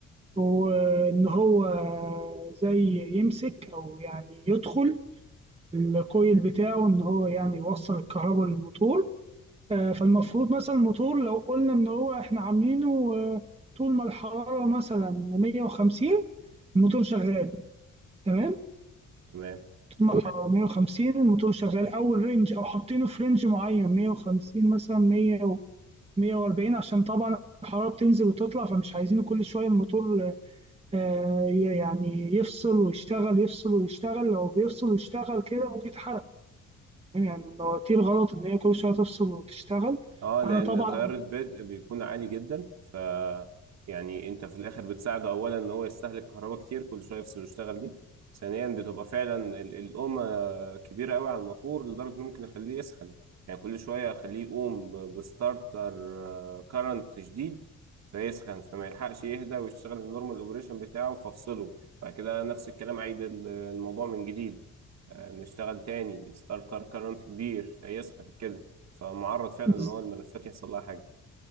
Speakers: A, on the right; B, on the right.
A: وان هو زي يمسك او يعني يدخل الكويل بتاعه ان هو يعني يوصل الكهرباء للموتور آه، فالمفروض مثلا الموتور لو قلنا ان هو احنا عاملينه آه، طول ما الحراره مثلا 150 الموتور شغال تمام
B: تمام
A: طول ما الحراره 150 الموتور شغال او الرينج او حاطينه في رينج معين 150 مثلا 100 140 عشان طبعا الحرارة بتنزل وتطلع فمش عايزين كل شوية الموتور آه، يعني يفصل ويشتغل يفصل ويشتغل لو بيفصل ويشتغل كده ممكن يتحرق فاهم؟ يعني المواتير غلط إن هي كل شوية تفصل وتشتغل
B: اه
A: فأنا
B: لان
A: طبعا
B: تيار البدء بيكون عالي جدا ف يعني انت في الاخر بتساعده اولا ان هو يستهلك كهرباء كتير كل شويه يفصل ويشتغل دي ثانيا بتبقى فعلا ال- القومه كبيره قوي على الموتور لدرجه انه ممكن اخليه يسخن يعني كل شويه اخليه يقوم ب- بستارتر كارنت شديد فيسخن فما يلحقش يهدى ويشتغل النورمال اوبريشن بتاعه فافصله بعد كده نفس الكلام عيد ال- الموضوع من جديد آه، نشتغل تاني ستارتر كارنت كبير فيسخن كده فمعرض فعلا
A: بز-
B: ان هو الملفات يحصل لها حاجه